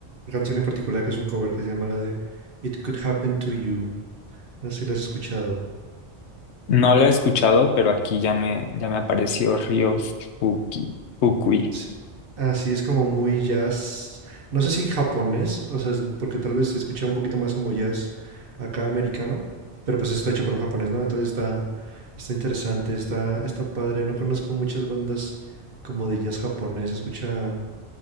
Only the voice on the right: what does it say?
canción en particular que es un cover que se llama la de It Could Happen to You. No sé si la has escuchado.
Sí, Así es como muy jazz, no sé si japonés, o sea, es- porque tal vez se escucha un poquito más como jazz acá americano, pero pues está hecho por un japonés, ¿no? Entonces está, está interesante, está, está padre. No conozco muchas bandas como de jazz japonés, se escucha,